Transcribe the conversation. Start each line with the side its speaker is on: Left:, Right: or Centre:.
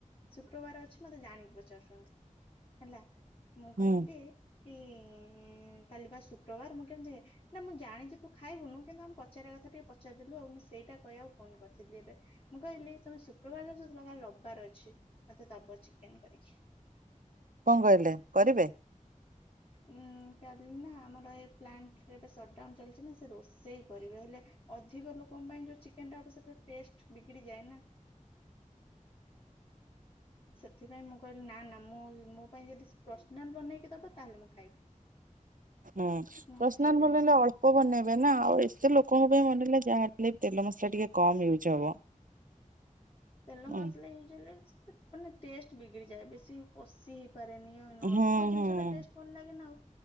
Left: ଶୁକ୍ରବାର ଅଛି ମତେ ଜାଣି କି ପଚା ପଚାରୁଚନ୍ତି। ହେଲା ମୁଁ କହିଲି
Right: ହୁଁ
Left: କି-ଇଁ -ଇଁ -ଇଁ ଇଁ କାଲିବା ଶୁକ୍ରବାର! ମୁଁ କେମିତି ନା ମୁଁ ଜାଣିଛି ତୁ ଖାଇବୁନୁ, କିନ୍ତୁ ଆମେ ପଚାରିବା କଥା ଟିକେ ପଚାରିଦେଲୁ ଆଉ। ମୁଁ ସେଇଟା କହିବାକୁ ଫୋନ କରିଥିଲି ଏବେ। ମୁଁ କହିଲି ତମେ ଶୁକ୍ରବାର <unintelligible> ରବିବାର ଅଛି ମତେ ଦବ ଚିକେନ କରିକି।
Right: କଣ କହିଲେ କରିବେ?
Left: ଉଁ କାଲି ନା ଆମର ଏ ପ୍ଲାଣ୍ଟରେ ଏବେ ସଟଡାଉନ ଚାଲିଛି ନା। ସେ ରୋଷେଇ କରିବେ ହେଲେ ଅଧିକ ଲୋକଙ୍କ ପାଇଁ ଯୋଉ ଚିକେନ ଟା ହବ! ସେଟା ଟେଷ୍ଟ ବିଗିଡି ଯାଏ ନା।
Right: ଆ
Left: ସେଥିପାଇଁ ମୁଁ କହିଲି, ନା ନା ମୁଁ ମୋ ପାଇଁ ଯଦି ପର୍ସନାଲ ବନେଇକି ଦବ। ତାହେଲେ ମୁଁ ଖାଇବି।
Right: ହୁଁ,
Left: ନହେଲେ
Right: ପ୍ରଶନାଲ
Left: ଖାଇବିନି
Right: ବନେଇଲେ ଅଳ୍ପ ବନେଇବେ ନା, ଆଉ ଏତେ ଲୋକଙ୍କ ପାଇଁ ବନେଇଲେ ଯାହେଲେ ତେଲ ମସଲା ଟିକେ କମ୍ ୟୁଜ୍ ହବ।
Left: ତେଲ
Right: ହୁଁ
Left: ମସଲା ୟୁଜ ହେଲେ ମାନେ ଟେଷ୍ଟ ବିଗିଡିଯାଏ। ବେଶୀ କଷି ହେଇ ପାରେନି।
Right: ହୁଁ।
Left: ଅଳ୍ପ
Right: ହୁଁ।
Left: ଜିନିଷ ଟା ଟେଷ୍ଟ ଭଲ ଲାଗେନ ଆଉ।